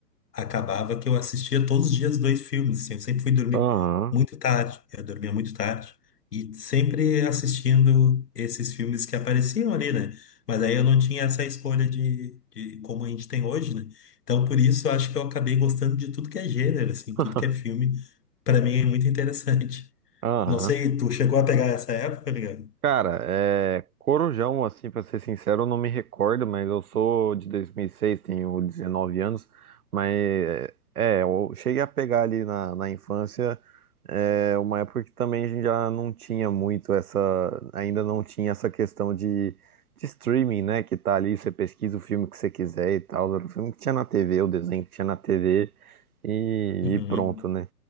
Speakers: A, on the left (about 75°); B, on the right (about 65°).
A: acabava que eu assistia todos os dias dois filmes, assim, eu sempre fui dormir
B: Aham.
A: muito tarde, eu dormia muito tarde, e sempre assistindo esses filmes que apareciam ali, né? Mas aí eu não tinha essa escolha de, de como a gente tem hoje, né? Então, por isso, eu acho que eu acabei gostando de tudo que é gênero, assim,
B: <laughs>
A: tudo que é filme, pra mim é muito interessante.
B: Aham.
A: Não sei, tu chegou a pegar essa época, Miguel?
B: Cara, é, Corujão, assim, pra ser sincero, eu não me recordo, mas eu sou de 2006, tenho 19 anos, mas é, é, eu cheguei a pegar ali na, na infância é, uma época que também a gente já não tinha muito essa, ainda não tinha essa questão de, de streaming, né, que tá ali, você pesquisa o filme que você quiser e tal, era o filme que tinha na TV, o desenho que tinha na TV e,
A: Uhum.
B: e pronto, né?